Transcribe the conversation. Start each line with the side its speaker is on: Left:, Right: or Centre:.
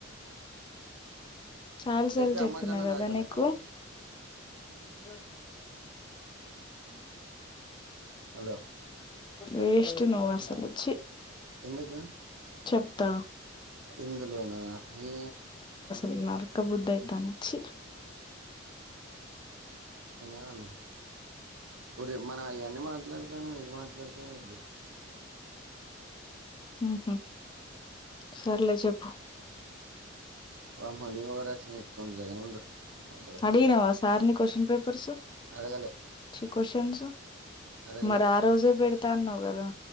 Left: చాలా సార్లు
Right: పెట్టి
Left: చెప్పిన
Right: అమ్మకన్నా
Left: కదా
Right: నాకన్నా
Left: నీకు,
Right: ఫోన్ చేయి
Left: ఉహు
Right: హలో
Left: వేస్ట్ నువ్వు అసలు ఛీ,
Right: ఎందుకు
Left: చెప్తా
Right: ఇందులోనా ఎ,
Left: నిన్ను నరకబుద్ది అయితాంది చి,
Right: నేనేమన్నా ఒరే మనం. అయ్యాన్ని మాట్లాడతాను ఇది మాట్లాడతే ఏమైంది,
Left: ఉహు సర్లే చెప్పు,
Right: వామ్మో మీ ఓవరాక్షన్ ఎక్కువుంది లేగాని ఉండు, వడ్డల
Left: అడిగినవా
Right: కార్యాలు
Left: సార్ ని క్యూస్షన్ పేపర్, పేపర్ సు
Right: అడగలే
Left: క్యూస్షన్స్
Right: అడగలే
Left: మరి ఆ రోజే పెడుతే, ఇత్తా అన్నావ్ కదా,